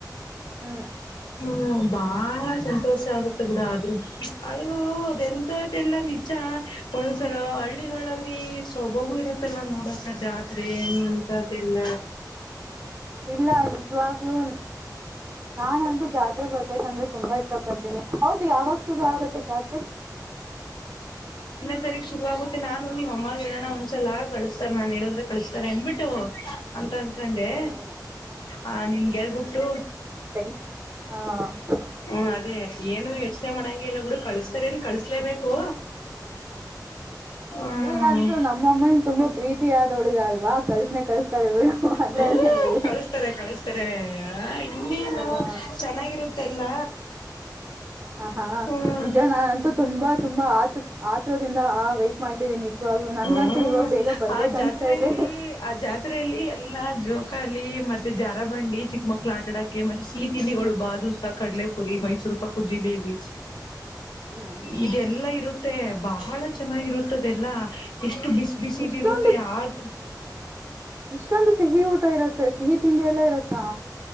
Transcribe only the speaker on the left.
ಹ್ಮ್ ಬಾಳ ಸಂತೋಷ ಆಗುತ್ತೆ ಬಿೂಡ ಆದ್ರರು ಆದ್ರರು ಅದೆ ಎಂತದ್ದ ಎಲ್ಲ ನಿಜ ಒಂದೊಂದ್ಸಲ ಹಳ್ಳಿ ಸೊಭವೂ ಇರುತ್ತಲ್ಲ ನೋಡಕ ಜಾತ್ರೆ ಏನು ಅಂತ್ದಲ್ಲ
ತಾರೀು ಶುರು ಆಗುತ್ತ ನಾನ ನಿಮ್ಮ ಹ ಹೇಳೋಣ ಒಂದ್ಸಲ ಕಳಸ್ತಾರೆ ನಾನು ಹೇಳಿದ್ರೆ ಕಳಸತ ಸರ್ ಎನ್ಬಿಟ್ಟು ಅಂತ ಅನ್ಕೊಂಡೆ
ಆ ನಿನ್ಗೆಲ್ಬುಟ್ಟು
ಹ್ಮ ಅದೇ ಏನು ಯೋಚನೆ ಮಾಡಂಗ ಇಲ್ಲ ಬಿುಡು ಕಳಸ್ತಾರ ಏನ್ ಕಳ್ಸ್ಲೇಬೇಕು ಹ್ಮ್
ಹ್ಮ
ಕಳಿಸ್ತಾರೆ ಕಳಿಸ್ತಾರೆ ಇನ್ನೇನು
ಚೆನ್ನಾಗಿರುತ್ತೆಲ್ಲ
ಹ್ಮ್
ಹ್ಮ್
ಆ ಜಾತ್ರೆಯಲ್ಲಿ
ಆ ಜಾತ್ರೆಯಲ್ಲಿ ಎಲ್ಲ ಜೋಕಾಲ ಮತ್ತೆ ಜಾರ ಬಂಡಿ ಚಿಕ್ಕ ಮಕ್ಳ ಆಟಡೋಕ್ಕೆ ಮತ್ತೆ ಸಿಹ ತಿಿನಿಗಳು ಬಾದುಸಹ ಕಡಲೆಪುರಿ ಮೈಸೂರು ಪಾಕುರ್ ಜೀಲಿ ಹ್ಮ
ಇದೆಲ್ಲಾ ಇರುತ್ತೆ ಬಹಳ ಚೆನ್ನಾಗಿರುತ್ತದೆಲ್ಲಾ ಇಷ್ಟ ಅಷ್ಟು ಬಿಸಿ ಬಿಸಿದಿರುತ್ತೆ
ಆಗ